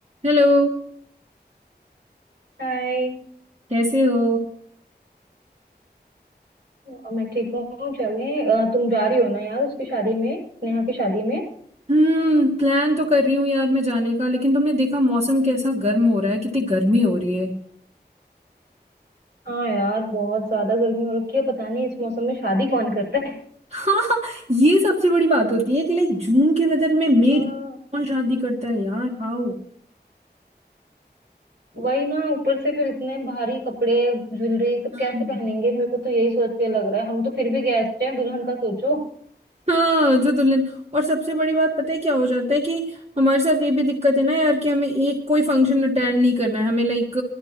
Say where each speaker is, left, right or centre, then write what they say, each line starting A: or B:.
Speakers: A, on the right; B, on the right.
A: Hello
B: हाय
A: कैसे हो
B: अ, मैं ठीक हूँ चलें अ, तुम जा रही हो ना यार उसकी शादी में नेहा की शादी में
A: हम्म प्लान तो कर रही हूँ यार मैं जाने का लेकिन तुमने देखा मौसम कैसा गर्म हो रहा है कितनी गर्मी हो रही है
B: हाँ यार बहुत ज्यादा गर्मी हो रखी है पता नहीं इस मौसम में शादी कौन करता है
A: <laughs> हाँ ये सबसे बड़ी बात होती है कि लाइक जून के वेदर में मई
B: हाँ
A: कौन शादी करता है यार हाउ
B: वही ना ऊपर से फिर इतने भारी कपड़े ज्वेलरी सब
A: हाँ।
B: कैसे पहनेंगे मेरे को तो यही सोच के लग रहा है हम तो फिर भी गेस्ट हैं दुल्हन का सोचो
A: हाँ जो दुल्हन और सबसे बड़ी बात पता है क्या हो जाता है कि हमारे साथ ये भी दिक्कत है ना यार कि हमें एक कोई फंक्शन अटेंड नहीं करना है हमें लाइक